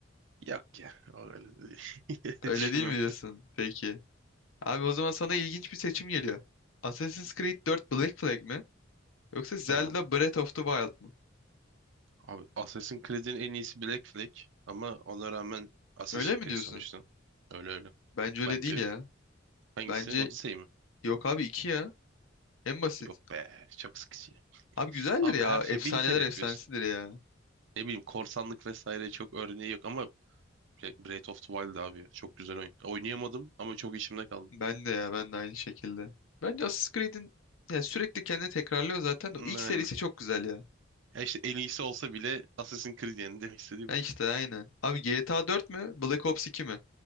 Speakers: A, on the right; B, on the left.
A: Yok ya. Öyle
B: Öyle
A: <laughs> düşünmemek.
B: değil mi diyorsun? Peki. Abi o zaman sana ilginç bir seçim geliyor. Assassin's Creed 4 Black Flag mi? Yoksa Zelda
A: Tamam.
B: Breath of the Wild mı?
A: Abi Assassin's Creed'in en iyisi Black Flag. Ama ona rağmen Assassin's
B: Öyle mi
A: Creed
B: diyorsun?
A: sonuçta. Öyle öyle.
B: Bence öyle
A: Bence
B: değil
A: öyle.
B: ya.
A: Hangisi?
B: Bence
A: Odyssey mi?
B: yok abi 2 ya. En basit.
A: Yok be. Çok sıkıcı.
B: Abi güzeldir
A: Abi
B: ya.
A: her şeyi
B: Efsaneler
A: bin kere
B: efsanesidir
A: yapıyorsun.
B: ya.
A: Ne bileyim korsanlık vesaire çok örneği yok ama Bre- Breath of the Wild abi ya. Çok güzel oyun. Oynayamadım ama çok içimde kaldı.
B: Ben de ya ben de aynı şekilde. Bence Assassin's Creed'in ya sürekli kendini tekrarlıyor zaten
A: Yani.
B: de. İlk serisi çok güzel ya.
A: Ya işte en iyisi olsa bile Assassin's Creed yani demek istediğim.
B: Ha işte aynen. Abi GTA 4 mü? Black Ops 2 mi?